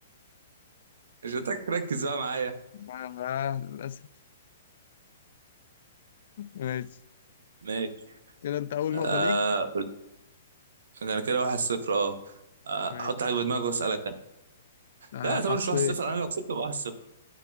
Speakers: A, on the right; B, on the left.
A: مش هتك ركز بقى معايا
B: آه، للأسف ماشي
A: ماشي
B: كده انت أول
A: آه
B: نقطة ليك
A: انا كده واحد صفر اه آه،
B: ماشي
A: حط حاجة في دماغك واسألك انا
B: آه
A: لا يعتبر
B: حطيت
A: مش واحد صفر انا لو كسبت يبقى واحد صفر